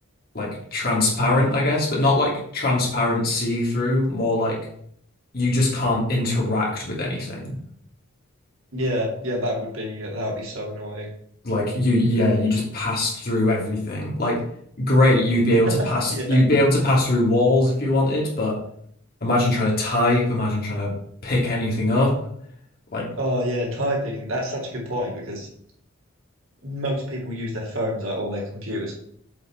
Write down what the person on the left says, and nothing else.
like transparent, I guess, but not like transparent see-through, more like you just can't interact with anything.
Like you, yeah, you just pass through everything. Like great, you'd be able to
pass,
you'd be able to pass through walls if you wanted, but imagine trying to type, imagine trying to pick anything up. Like,